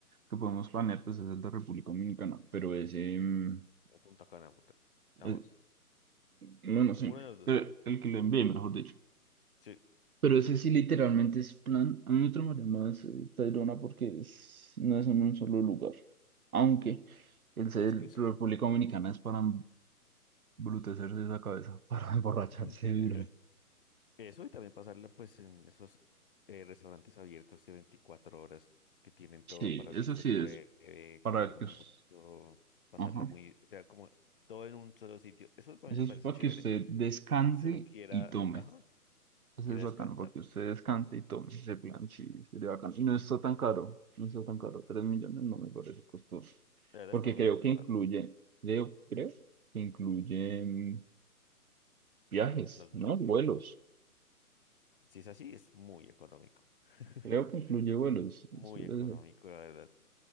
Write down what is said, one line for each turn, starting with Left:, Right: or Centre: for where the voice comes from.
Right: que podemos planear, pues es el de República Dominicana, pero ese, mm,
Left: O Punta Cana, Punta Cana.
Right: eh,
Left: Ambos.
Right: no, no
Left: Alguna
Right: sé,
Left: de las dos.
Right: pero el que le envié, mejor dicho.
Left: Sí,
Right: Pero ese sí literalmente es plan, a mí me tramaría más eh, Tayrona porque es- no es en un solo lugar, aunque el ser
Left: pues que eso.
Right: República Dominicana es para embrutecerse la cabeza, para <laughs> emborracharse
Left: <laughs>
Right: duro.
Left: Eso y también pasarla pues en esos eh, restaurantes abiertos de 24 horas que tienen todo
Right: Sí,
Left: para
Right: eso
Left: que usted
Right: sí
Left: pruebe,
Right: es para
Left: comer mucho,
Right: que, us-
Left: pasarla
Right: ajá,
Left: muy, o sea, como todo en un solo sitio. Eso para
Right: eso
Left: mí me
Right: es
Left: parece
Right: para
Left: chévere
Right: que usted descanse
Left: cuando se lo quiera,
Right: y tome.
Left: ajá,
Right: Pues
Left: quiera
Right: es bacano
Left: descansar.
Right: porque usted descanse y tome ese plan, sí, sería bacano. Y no está tan caro, no está tan caro, Tres millones no me parece costoso.
Left: La verdad
Right: Porque
Left: está bien
Right: creo que
Left: barato.
Right: incluye, creo, creo que incluye mm, viajes,
Left: Los vuelos,
Right: ¿no? Vuelos.
Left: no me... Si es así, es muy económico. <laughs>
Right: Creo que incluye vuelos.
Left: Muy
Right: Espérese,
Left: económico, la verdad.